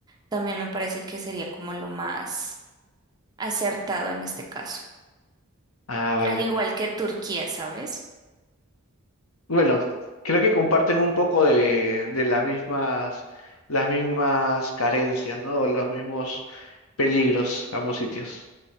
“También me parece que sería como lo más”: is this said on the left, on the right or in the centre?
Right